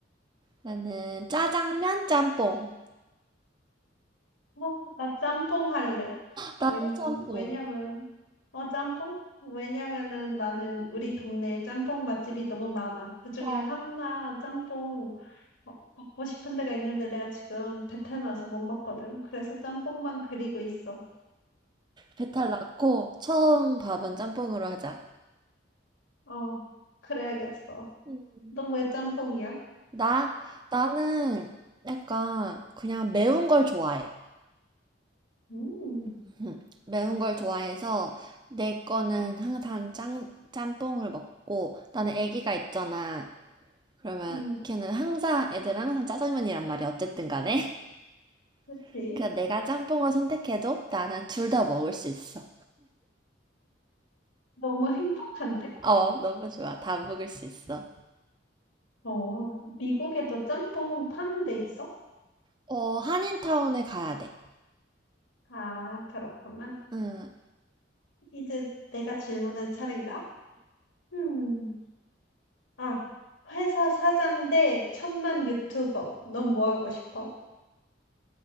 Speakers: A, on the right (about 25°); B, on the left (about 85°).
A: 나는 짜장면 짬뽕.
B: 어, 나 짬뽕 할래.
A: 나도
B: 웬,
A: 짬뽕.
B: 왜냐면, 어, 짬뽕? 왜냐면은 나는 우리 동네에 짬뽕 맛집이 너무 많아. 그중에
A: 어,
B: 한나 짬뽕 어, 먹고 싶은 데가 있는데 내가 지금 배탈 나서 못 먹거든. 그래서 짬뽕만 그리고 있어.
A: 배탈 났고, 처음 밥은 짬뽕으로 하자.
B: 어, 그래야겠어.
A: 음.
B: 너 왜 짬뽕이야?
A: 나, 나는 약간 그냥 매운 걸 좋아해.
B: 음,
A: <laughs> 음, 매운 걸 좋아해서 내 거는 항상 짬, 짬뽕을 먹고 나는 애기가 있잖아. 그러면
B: 음,
A: 걔는 항상 애들은 항상 짜장면이란 말이야. 어쨌든 간에.
B: 그치.
A: <laughs> 그래서 내가 짬뽕을 선택해도 나는 둘 다 먹을 수 있어.
B: 너무 행복한데?
A: 어, 너무 좋아. 다 먹을 수 있어.
B: 어, 미국에도 짬뽕 파는 데 있어?
A: 어, 한인타운에 가야 돼.
B: 아, 그렇구나.
A: 음,
B: 이제 내가 질문할 차례인가? 음, 아, 회사 사장 대 천만 유튜버. 넌 뭐 하고 싶어?